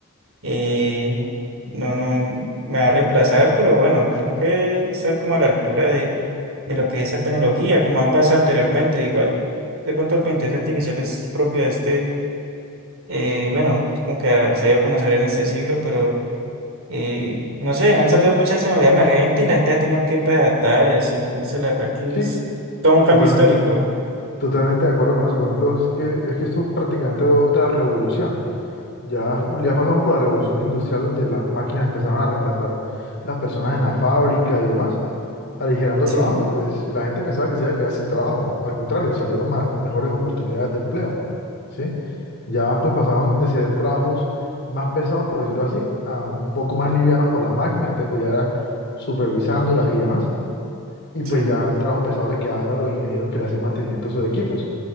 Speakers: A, on the right (about 65°); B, on the left (about 55°).
A: eh, no, no me va a reemplazar, pero bueno, tengo que estar como a la altura de, de lo que es esa tecnología, como han pasado anteriormente. Igual, de pronto la inteligencia artificial es propia de este, eh, bueno, es como que se ha ido a conocer en este siglo, pero y no sé, han salido muchas tecnologías emergentes y la gente ha tenido que pues, adaptar y así. Entonces, la verdad que
B: Sí,
A: es todo un cambio
B: totalmente,
A: histórico.
B: totalmente de acuerdo con eso. Por ejemplo, es que, es que esto es prácticamente otra revolución. Ya, ya pasamos por la revolución industrial donde las máquinas empezaron a reemplazar las personas en la fábrica y demás. aligerando
A: Sí,
B: trabajo y pues la gente pensaba que se iba a quedar sin trabajo. Al contrario, salieron más, mejores oportunidades de empleo, ¿sí? Ya pues pasaron de ser trabajos más pesados, por decirlo así, a un poco más livianos por las máquinas, entonces pues ya era supervisándolas y demás. Y
A: sí,
B: pues ya el trabajo pesado le quedaba era a los ingenieros que le hacían mantenimiento a sus equipos.